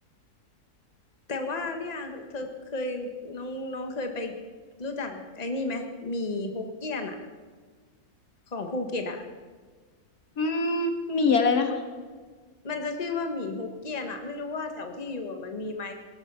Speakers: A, on the left; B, on the left.
A: แต่ว่าเนี่ยเธอเคยน้องน้องเคยไปรู้จักไอ้นี่ไหมหมี่ฮกเกี้ยนอ่ะของภูเก็ตอ่ะ
B: อืมหมี่อะไรนะคะ
A: มันจะชื่อว่าหมี่ฮกเกี้ยนอะไม่รู้ว่าแถวที่อยู่อะมันมีไหม